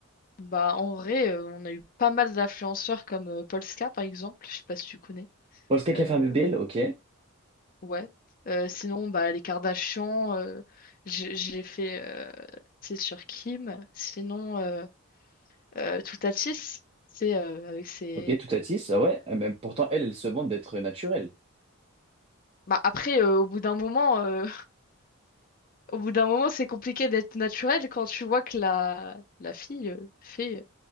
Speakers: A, on the left; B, on the right.
A: bah en vrai, euh, on a eu pas mal d'influenceurs comme euh, Polska, par exemple, je sais pas si tu connais.
B: Polska qui
A: Euh,
B: a fait un BBL, ok.
A: ouais. Euh, sinon, bah les Kardashians, euh, j'ai j'ai fait, euh, c'est sur Kim. Sinon, euh, euh, Toutatis, c'est euh, avec ses...
B: Ok, tout à tisse, ah ouais. Ah, Mais pourtant, elle, elle se vante d'être naturelle.
A: Bah après, euh, au bout d'un moment... euh, Au bout d'un moment, c'est compliqué d'être naturel quand tu vois que la, la fille euh, fait,